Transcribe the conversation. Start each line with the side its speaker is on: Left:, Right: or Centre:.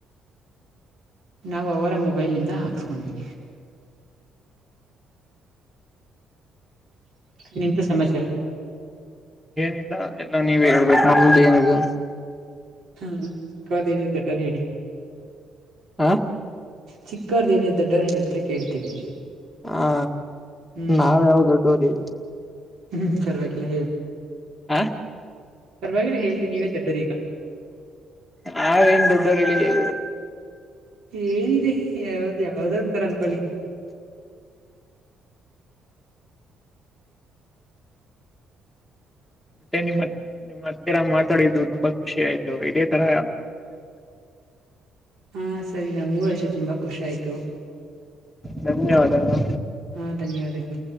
Right: ನಾವು ಅವರ ಮೊಬೈಲ್ನಿಂದ ಹಾಕ್ಸ್ಕೊಂಡ್ವಿ ನಿಂತ ಸಮಾಚಾರ
Centre: ಏನಿದ್ದ ಎಲ್ಲ ನೀವೇ ನಮ್ದು ಏನ್ ಇದೆ
Right: ಹೂ ಕ ಏನ ಇರುತಟ ಹೇಳ
Centre: ಹ
Right: ಚಿಕ್ಕವರ ದೇವ ದೊಡ್ಡರು ಹೇಳಿದ್ರೆ ಕೇಳ್ತೀವಿ
Centre: ಹಾ
Right: ಹ್ಮ್
Centre: ನಾವ ಯಾವ್ದ ದೊಡ್ಡೂರಿ
Right: ಹ್ಮ್ ಪರ್ವಾಗಿಲ್ಲ ಹೇಳ್ರಿ
Centre: ಆ
Right: ಪರ್ವಾಗಿಲ್ಲ ಹೇಳ್ತೀನಿ ನೀವೇ ದೊಡ್ಡರೀಗ
Centre: ಹೇಟ <unintelligible> ಬರಿಲಿ
Right: ಹೇಳಏಿದೆ ಯಾವ್ದ್ ಯಾವ್ದ ಅಂತಾರ ಅನ್ಕೊಳ್ಳಿ
Centre: ಮತ್ತೆ ನಿಮ್ಮತ್ ನಿಮ್ಮತ್ ರ್ ಮಾತಾಡಿದು ತುಂಬಾ ಖುಷಿ ಆಯ್ತು ಇದೇ ತರ
Right: ಹಾ ಸರಿ ನಾ ಮೂವಷ್ಟೆ ತುಂಬಾ ಖುಷಿ ಆಯ್ತು
Centre: ಧನ್ಯವಾದಗಳು
Right: ಹಾ ಧನ್ಯವಾದ್ದ